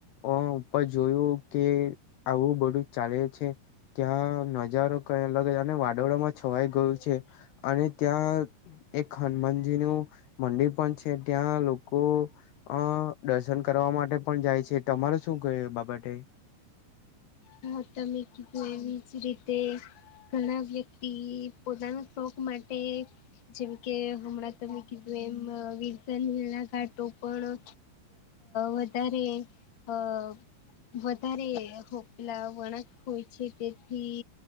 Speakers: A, on the left (about 70°); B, on the left (about 40°).
A: અ ઉપર જોયું કે આવું બધું ચાલે છે ત્યાં મજા હજારો કઈ અલગ અને વાદળો માં છવાઈ ગયું છે અને ત્યાં એક હનુમાનજી નું મંદિર પણ છે ત્યાં ત્યા લોકો અ દર્શન કરવા માટે પણ જાય છે તમારે શું કેવું એ બાબતે
B: હા તમે કીધું એવીજ રીતે ઘણા વ્યક્તિ પોતાના શોખ માટે જેમ કે હમણાં તમે કીધું એમ વિરસન રેતા ઘાટો પણ વધારે અ વધારે પેલા વણાંક હોય છે તેથી